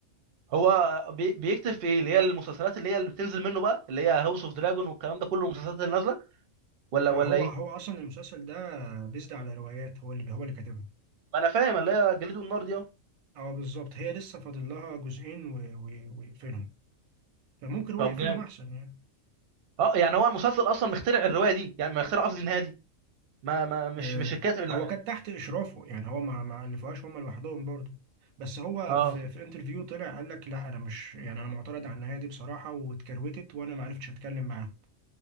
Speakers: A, on the right; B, on the right.
A: هو بي- بيكتب في ايه اللي هي المسلسلات اللي هي اللي بتنزل منه بقى اللي هي هاوس اوف دراجون والكلام ده كله المسلسلات اللي نازله ولا
B: لا
A: ولا
B: هو
A: ايه
B: هو اصلا المسلسل ده بيزد على روايات هو اللي هو اللي كاتبها
A: ما انا فاهم اللي هي جليد والنار دي اه
B: اه بالظبط هي لسه فاضل لها جزئين و- و- ويقفلهم فممكن هو
A: طب
B: يقفلهم
A: جامد
B: احسن يعني
A: اه يعني هو المسلسل اصلا مخترع الروايه دي يعني مخترع قصدي النهايه دي ما ما مش
B: آه،
A: مش الكاتب اللي
B: هو
A: عاملها
B: كان تحت اشرافه يعني هو ما ما الفوهاش هم لوحدهم برضه بس هو
A: اه
B: في في انترفيو طلع قال لك لا انا مش يعني انا معترض على النهايه دي بصراحه واتكروتت وانا ما عرفتش اتكلم معاه